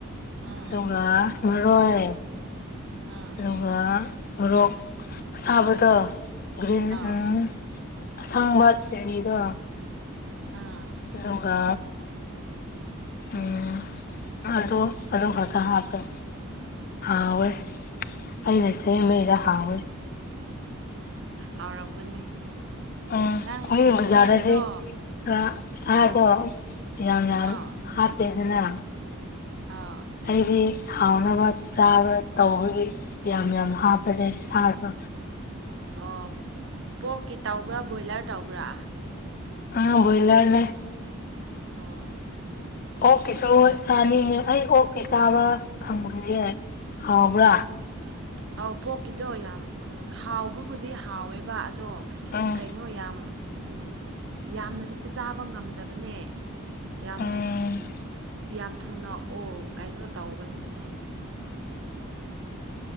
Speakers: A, on the right; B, on the left.
A: ꯑꯥ
B: ꯑꯗꯨꯒ ꯃꯔꯣꯏ
A: ꯑꯥ
B: ꯑꯗꯨꯒ ꯃꯣꯔꯣꯛ ꯁꯥꯕꯗꯣ ꯒ꯭ꯔꯤꯟ
A: ꯑꯥ
B: ꯎꯝ ꯑꯁꯪꯕ ꯆꯤꯔꯤꯗꯣ
A: ꯑꯥ
B: ꯑꯗꯨꯒ ꯎꯝ ꯑꯗꯨ ꯑꯗꯨ ꯈꯛꯇ ꯍꯥꯞꯄꯦ ꯍꯥꯎꯋꯦ ꯑꯩꯅ ꯁꯦꯝꯕꯩꯔ
A: ꯎꯝ
B: ꯍꯥꯎꯋꯦ
A: ꯍꯥꯎꯔꯝꯒꯅꯤ
B: ꯎꯝ
A: ꯅꯪ
B: ꯍꯧꯖꯛ
A: ꯎꯝ
B: ꯕꯖꯥꯔꯗꯗꯤ
A: ꯁꯦꯝꯕꯗꯣ
B: ꯈꯔ ꯁꯥꯗꯣ ꯌꯥꯝ ꯌꯥꯝ
A: ꯑꯥꯎ
B: ꯍꯥꯞꯇꯦꯗꯅ
A: ꯑꯧ
B: ꯑꯩꯗꯤ ꯍꯥꯎꯅꯕ ꯆꯥꯕ ꯇꯧꯕꯒꯤ ꯌꯥꯝ ꯌꯥꯝ ꯍꯥꯞꯄꯅꯦ ꯏꯁꯥꯗꯣ
A: ꯑꯣ ꯄꯣꯛꯀꯤ ꯇꯧꯕ꯭ꯔꯥ ꯕꯣꯏꯂꯔ ꯇꯧꯕ꯭ꯔꯥ
B: ꯑꯦ ꯕꯣꯏꯂꯔꯅꯦ
A: ꯑꯣ
B: ꯑꯣꯛꯀꯤꯁꯨ ꯆꯥꯅꯤꯡꯉꯦ ꯑꯩ ꯑꯣꯛꯀꯤ ꯆꯥꯕ ꯐꯪꯕ ꯌꯥ ꯍꯥꯎꯕ꯭ꯔꯥ
A: ꯑꯣ ꯑꯧ ꯄꯣꯛꯀꯤꯗꯣ ꯌꯥꯝ ꯍꯥꯎꯕꯕꯨꯗꯤ ꯍꯥꯎꯋꯦꯕ ꯑꯗꯣ
B: ꯎꯝ
A: ꯀꯩꯅꯣ ꯌꯥꯝ ꯎ ꯌꯥꯝꯅꯗꯤ ꯆꯥꯕ ꯉꯝꯗꯕꯅꯦ ꯌꯥꯝ
B: ꯎꯝ
A: ꯌꯥꯝ ꯊꯨꯅ ꯑꯣ ꯀꯩꯅꯣ ꯇꯧꯒꯟꯕꯅꯦ